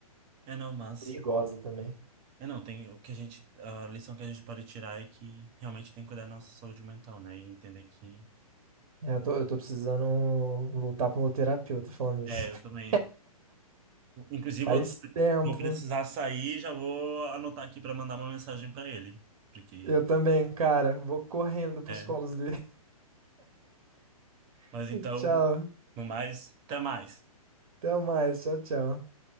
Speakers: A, on the right; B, on the right.
A: É não, mas.
B: Perigosa também.
A: É não, tem o que a gente. A lição que a gente pode tirar é que realmente tem que cuidar da nossa saúde mental, né? E entender que.
B: É, Eu tô, eu tô precisando voltar pro meu terapeuta falando isso.
A: É,
B: <laughs>
A: eu também. Inclusive,
B: Faz
A: eu
B: tempo.
A: vou precisar sair, já vou anotar aqui para mandar uma mensagem para ele, porque
B: Eu também, cara. Vou correndo pros
A: é.
B: colos dele.
A: Mas
B: <laughs>
A: então,
B: Tchau.
A: no mais, até mais.
B: Até mais. Tchau, tchau.